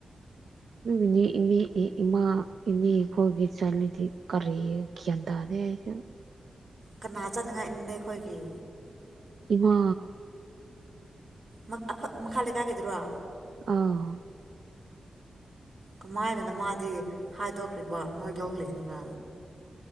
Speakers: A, on the right; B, on the right.
A: ꯑꯗꯨꯒꯤꯅꯦ ꯏꯅꯦ ꯏꯃꯥ ꯏꯅꯦꯈꯣꯏꯒꯤ ꯆꯠꯂꯗꯤ ꯀꯔꯤ ꯒ꯭ꯌꯥꯟ ꯇꯥꯗꯦ ꯑꯩꯁꯨ
B: ꯀꯅꯥ ꯆꯠꯅꯤꯡꯉꯥꯏꯅꯦ ꯅꯈꯣꯏꯒꯤ
A: ꯏꯃꯥ
B: ꯃꯛ ꯑꯈꯣꯏ ꯃꯈꯥ ꯂꯩꯀꯥꯏꯒꯤꯗꯨꯔꯣ
A: ꯑꯧ
B: ꯀꯃꯥꯏꯅꯅꯣ ꯃꯥꯗꯤ ꯍꯥꯏꯗꯣꯛꯈ꯭ꯔꯤꯕꯣ ꯅꯣꯏ ꯂꯧ ꯂꯤꯡꯂꯒ